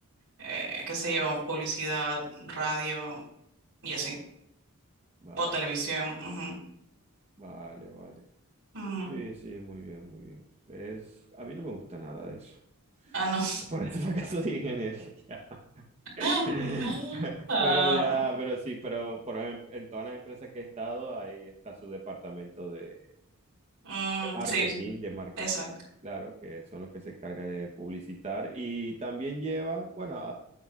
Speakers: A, on the right; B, on the right.
A: eh, qué sé yo, publicidad, radio y así.
B: Va-
A: O televisión. ujú,
B: vale, vale.
A: ujú.
B: Sí, sí, muy bien, muy bien. Es, a mí no me gusta nada de eso.
A: Ah, no.
B: <laughs> Por eso fue que estudié ingeniería. <laughs>
A: <laughs> Ah,
B: Pero ya, pero sí, pero por ejemplo, en todas las empresas que he estado, ahí está su departamento de,
A: Mm,
B: de marketing,
A: sí, sí,
B: de marketing,
A: exacto.
B: claro, que son los que se encargan de publicitar y también llevan, bueno,